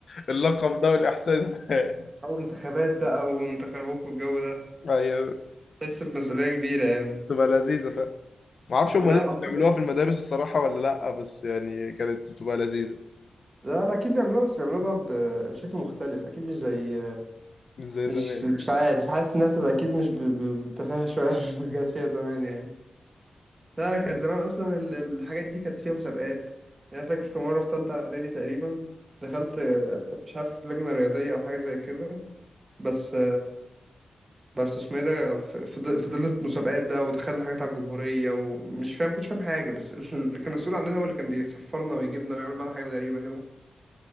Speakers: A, on the left; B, on the right.
A: اللقب ده والإحساس ده
B: أو انتخابات بقى وانتخابوك والجو ده
A: آه، هي
B: تحس بمسؤولية كبيرة يعني
A: بتبقى لذيذة فعلا ما اعرفش هم
B: لا
A: لسه
B: لا
A: بيعملوها في المدارس الصراحة ولا لأ بس يعني كانت بتبقى لذيذة
B: لا لا، أكيد بيعملوها بس بيعملوها بقى بشكل مختلف أكيد مش زي
A: مش زي
B: مش
A: زمان
B: مش عارف حاسس إنها تبقى أكيد مش ب- ب- بالتفاهة شوية <laughs> اللي كانت فيها زمان يعني لا أنا كانت زمان أصلا ال- الحاجات دي كانت فيها مسابقات يعني أنا فاكر في مرة في تالتة إعدادي تقريبا دخلت مش عارف لجنة رياضية أو حاجة زي كده بس بس اسمه ايه ده ف- فض- فضلت مسابقات بقى ودخلنا حاجات على الجمهورية ومش فاهم كنتش فاهم حاجة بس اللي كان مسؤول عننا هو اللي كان بيسفرنا ويجيبنا ويعمل معانا حاجات غريبة كده